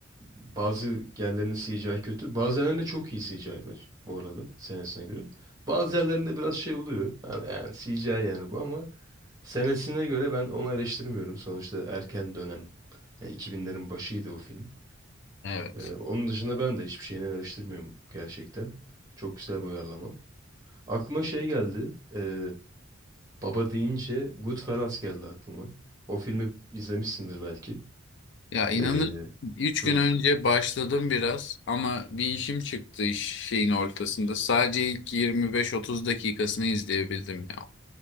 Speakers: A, on the right; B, on the left.
A: bazı yerlerinde CGI kötü. Bazı yerlerinde çok iyi CGI var bu arada senesine göre. Bazı yerlerinde biraz şey oluyor. Yani, yani CGI yani bu ama senesine göre ben onu eleştirmiyorum. Sonuçta erken dönem. Ya 2000'lerin başıydı o film.
B: Evet.
A: Ee, onun dışında ben de hiçbir şeyini eleştirmiyorum gerçekten. Çok güzel bir uyarlama. Aklıma şey geldi. ee, Baba deyince Goodfellas geldi aklıma. O filmi izlemişsindir belki.
B: Ya inanır
A: Ee,
B: Üç gün
A: hı.
B: önce başladım biraz ama bir işim çıktı iş şeyin ortasında. Sadece ilk 25-30 dakikasını izleyebildim ya.